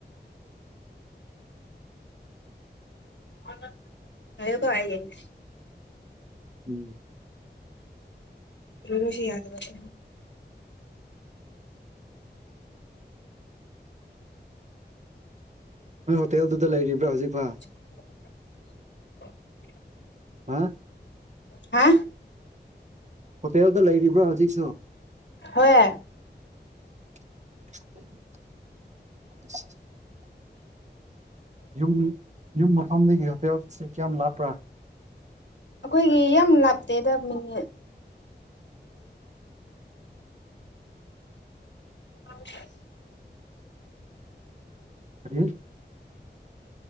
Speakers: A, on the left; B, on the right.
A: <inaudible> ꯉꯥꯏꯌꯨꯀꫭ ꯑꯌꯦꯡꯁꯤ
B: ꯎꯝ
A: ꯔꯨꯔꯨꯁꯤꯦꯌꯥꯗꯕꯁꯦ
B: ꯅꯣꯏ ꯍꯣꯇꯦꯜꯗꯨꯗ ꯂꯩꯔꯤꯕ꯭ꯔꯥ ꯍꯧꯖꯤꯛꯐꯥꯎ
A: <unintelligible>
B: ꯍꯥ
A: ꯍꯥ
B: ꯍꯣꯇꯦꯜꯗ ꯂꯩꯔꯤꯕ꯭ꯔꯣ ꯍꯧꯖꯤꯛꯁꯨ
A: ꯍꯣꯏ
B: <inaudible> ꯌꯨꯝ ꯌꯨꯝ ꯃꯐꯝꯗꯒꯤ ꯍꯣꯇꯦꯜꯁꯦ ꯀꯌꯥꯝ ꯂꯥꯞꯄ꯭ꯔꯥ
A: ꯑꯩꯈꯣꯏꯒꯤ ꯌꯥꯝ ꯂꯥꯞꯇꯦꯗ ꯃꯤꯅꯤꯠ ꯑ <inaudible>
B: ꯀꯔꯤ